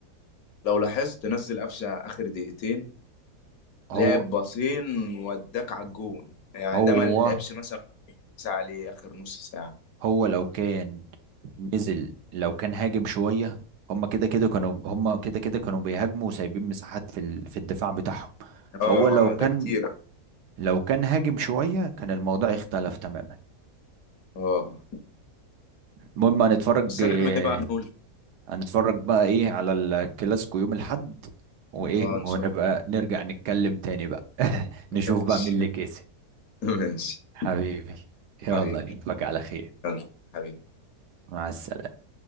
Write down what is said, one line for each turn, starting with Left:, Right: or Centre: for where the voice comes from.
Left: لو لاحظت نزل قفشه اخر دقيقتين لعب
Right: هو
Left: باصين وداك على الجون يعني
Right: هو
Left: ده ما لعبش مثلا ساعه عليه اخر نص ساعه
Right: هو لو كان نزل لو كان هاجم شوية هما كده كده كانوا هما كده كده كانوا بيهاجموا وسايبين مساحات في ال... في الدفاع بتاعهم
Left: اه
Right: فهو لو كان
Left: اه ده كتير
Right: لو كان هاجم شوية كان الموضوع اختلف تماما
Left: اه
Right: المهم هنتفرج
Left: بس هنعمل
Right: آه،
Left: ايه بقى نقول
Right: هنتفرج بقى ايه على الكلاسيكو يوم الحد وايه
Left: اه ان
Right: ونبقى
Left: شاء الله
Right: نرجع نتكلم تاني بقى <laughs> نشوف
Left: ماشي
Right: بقى مين اللي كسب
Left: <laughs> ماشي
Right: حبيبي يلا
Left: حبيبي
Right: نشوفك على خير
Left: يلا حبيبي
Right: مع السلامة